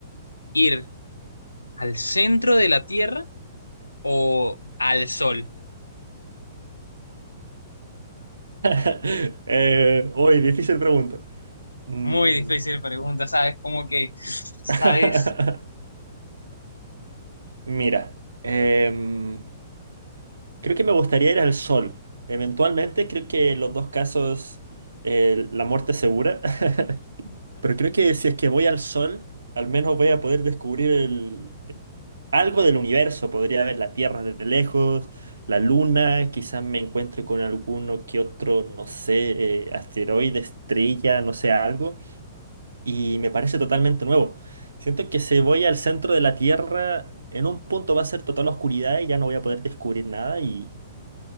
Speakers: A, on the left; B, on the right.
A: ir al centro de la Tierra o al Sol?
B: <laughs> eh, uy, difícil pregunta. Mm.
A: Muy difícil pregunta, ¿sabes? Como que, ¿sabes?
B: <laughs> Mira, em, creo que me gustaría ir al sol. Eventualmente, creo que los dos casos, eh, la muerte es segura. <laughs> Pero creo que si es que voy al sol, al menos voy a poder descubrir el- eh, algo del universo. Podría ver la Tierra desde lejos, la Luna, quizás me encuentre con alguno que otro, no sé, eh, asteroide, estrella, no sé, algo. y me parece totalmente nuevo. Siento que si voy al centro de la Tierra, en un punto va a ser total oscuridad y ya no voy a poder descubrir nada y,